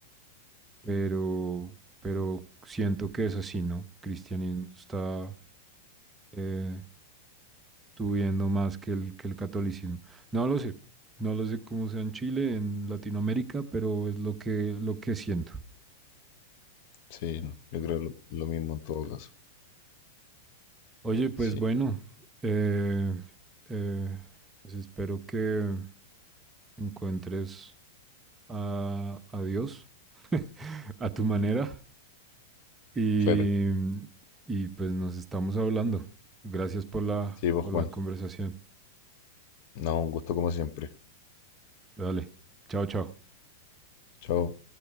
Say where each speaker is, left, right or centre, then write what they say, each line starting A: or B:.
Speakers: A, on the right; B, on the left.
A: pero, pero siento que es así, ¿no? Cristianismo está eh, subiendo más que el, que el catolicismo. No lo sé, no lo sé cómo sea en Chile, en Latinoamérica, pero es lo que, lo que siento.
B: sí, no, yo creo lo, lo mismo en todo caso.
A: Oye, pues
B: Sí,
A: bueno, eh, eh, pues espero que encuentres a, a Dios <laughs> a tu manera y,
B: claro.
A: y pues nos estamos hablando. Gracias por la,
B: Sí, pues
A: por
B: Juan,
A: la conversación.
B: no, un gusto como siempre.
A: Dale. Chao, chao.
B: Chao.